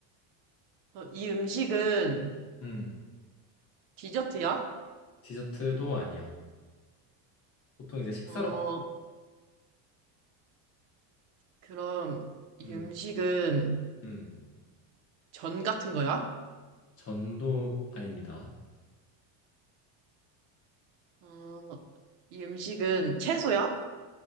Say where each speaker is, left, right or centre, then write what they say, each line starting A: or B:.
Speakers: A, on the right; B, on the left.
A: 이 음식은
B: 응.
A: 디저트야?
B: 디저트도 아니야. 보통 이제 식사로
A: 어,
B: 많이-
A: 그럼 이
B: 음,
A: 음식은
B: 음.
A: 전 같은 거야?
B: 전도 아닙니다.
A: 어, 이 음식은 채소야?